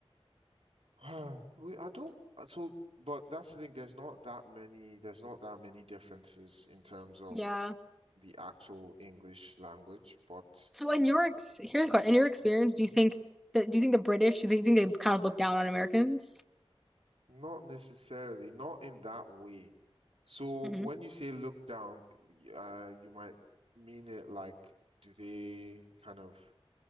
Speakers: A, on the right; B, in the centre.
A: <sighs> We I don't uh, so but that's the thing, there's not that many there's not that many differences in terms of
B: Yeah.
A: the actual English language, but
B: So in your ex here's what in your experience,
A: Mhm.
B: do you think that do you think the British do you think they kind of look down on Americans?
A: Not necessarily, not in that way. So
B: hmm
A: when you say look down, uh, you might mean it like, do they kind of,